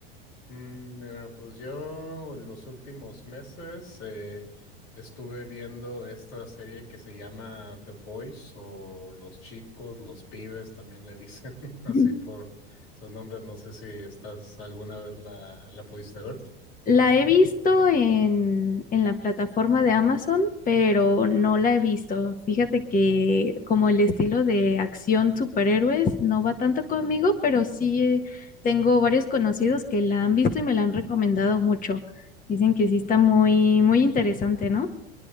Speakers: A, on the left; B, on the left.
A: Mm, Mira, pues yo en los últimos meses eh, estuve viendo esta serie que se llama The Boys o Los Chicos, Los Pibes, también le dicen <laughs> así
B: <laughs>
A: por esos nombres. No sé si estás alguna vez la, la pudiste ver.
B: La he visto en, en la plataforma de Amazon, pero no la he visto. Fíjate que como el estilo de acción superhéroes no va tanto conmigo, pero sí eh, tengo varios conocidos que la han visto y me la han recomendado mucho. Dicen que sí está muy, muy interesante, ¿no?